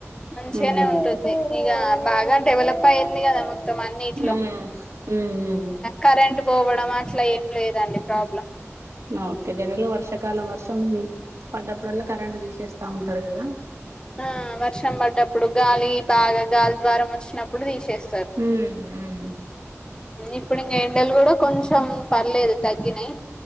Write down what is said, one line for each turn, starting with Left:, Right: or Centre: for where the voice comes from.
Left: మంచిగానే
Right: ఉమ్
Left: ఉంటుంది ఇక బాగా డెవలప్ అయింది కదా మొత్తం అన్నిట్లో
Right: మ్మ్ మ్మ్ మ్మ్
Left: కరెంట్ పోవడం అట్లా ఏం లేదండి ప్రాబ్లం
Right: ఓకే దనలో వర్షాకాలం వర్షం పడ్డప్పుడల్లా కరెంట్ తీసేస్తా ఉంటారు కదా
Left: ఆ వర్షం పడ్డప్పుడు గాలి బాగా గాలి ద్వారం వచ్చినప్పుడు తీసేస్త
Right: మ్మ్ హ్మ్
Left: ఇప్పుడు ఇంకా ఎండలు కూడా కొంచెం పర్లేదు తగ్గినాయి